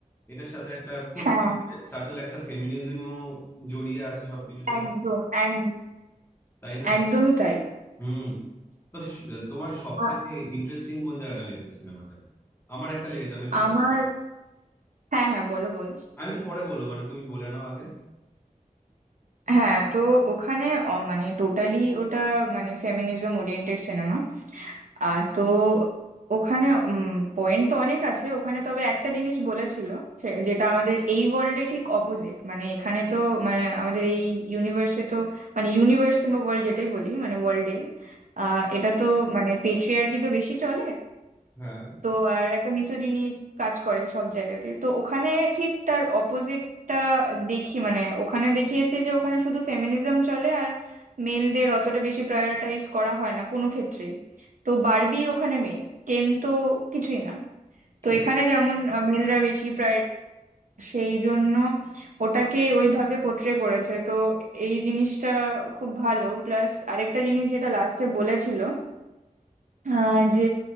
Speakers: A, on the left; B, on the right.
A: এটার সাথে একটা খুব
B: হ্যাঁ
A: সাটল একটা ফেমিনিজমও জড়িয়ে আছে সবকিছুর সাথে
B: একদম এক
A: তাই না
B: একদমই তাই
A: হুম তো স- তোমার সব
B: আ-
A: থেকে ইন্টারেস্টিং কোন জায়গাটা লেগেছে সিনেমাটাকে আমার একটা লেগেছে আমি একটু পরে
B: আমার
A: বলবো
B: হ্যাঁ হ্যাঁ বলো বলো
A: আমি একটু পরে বলবো মানে তুমি বলে নাও আগে
B: হ্যাঁ তো ওখানে অ- মানে টোটালি ওটা মানে ফেমিনিজম ওরিয়েন্টেড সিনেমা আহ তো ওখানে পয়েন্ট তো অনেক আছে ওখানে তবে একটা জিনিস বলেছিল সে- যেটা আমাদের এই ওয়ার্ল্ডে ঠিক অপোজিট মানে এখানে তো মানে আমাদের এই ইউনিভার্সে তো মানে ইউনিভার্স কিংবা ওয়ার্ল্ড যেটাই বলি মানে ওয়ার্ল্ডে আহ এটা তো মানে পেট্রিয়ার্কি তো বেশি চলে
A: হ্যাঁ
B: তো আর একটা মিsogyny কাজ করে সব জায়গাতে তো ওখানে ঠিক তার অপোজিটটা দেখি মানে ওখানে দেখিয়েছে যে ওখানে শুধু ফেমিনিজম চলে আর মেলদের অতটা বেশি প্রায়োরিটাইজ করা হয় না কোনো ক্ষেত্রেই তো বারবি ওখানে মেইন কেন তো কিছুই না তো
A: ঠিক
B: এখানে যেমন মেলরা বেশি প্রায় সেই জন্য ওটাকে ওইভাবে পোট্রে করেছে তো এই জিনিসটা খুব ভালো প্লাস আরেকটা জিনিস যেটা লাস্টে বলেছিল আহ, যে